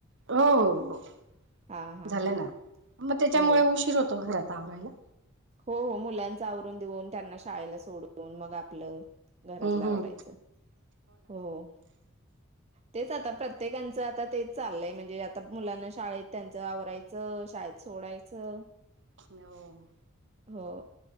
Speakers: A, on the right (about 60°); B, on the right (about 30°).
A: हो हो हो.
B: हा हा
A: झालं
B: हा
A: ना मग त्याच्यामुळे
B: हो
A: उशीर होतो घरात आवरायला.
B: हो हो मुलांच आवरून देऊन त्यांना शाळेला सोडून मग आपलं घरात
A: हम्म
B: लावरायचं.
A: हम्म
B: हो तेच आता प्रत्येकांचं आता ते चाललंय म्हणजे आता मुलांना शाळेत त्यांचं आवरायचं शाळेत सोडायचं.
A: हो.
B: हो.